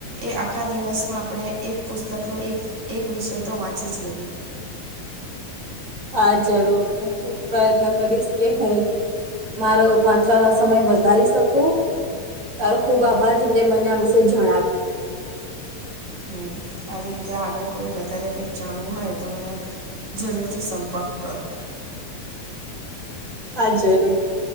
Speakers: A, on the right (about 55°); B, on the right (about 40°).
A: એ આખા દિવસમાં આપણે એક પુસ્તકનો એક એક વિષય તો વાંચીજ લઈએ.
B: હા જરૂર હું ખુબ પ્રયત્ન કરીશ કે હું. મારો વાંચવાનો સમય વધારી શકું. તારો ખુબ આભાર રતે મને આ વિશે જણાવ્યું.
A: હમ આવી રીતે આગળ કોઈ વધારે કંઈક જાણવું હોય તો મને. જરૂરથી સંપર્ક કરો.
B: હા જરૂર